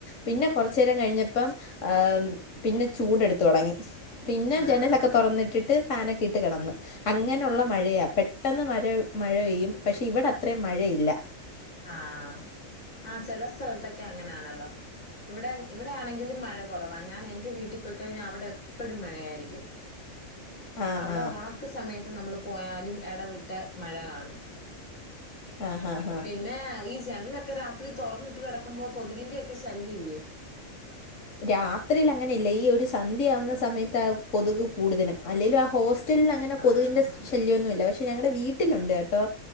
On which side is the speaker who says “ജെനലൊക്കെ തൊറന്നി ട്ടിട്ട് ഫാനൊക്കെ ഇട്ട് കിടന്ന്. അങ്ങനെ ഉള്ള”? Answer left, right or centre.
Left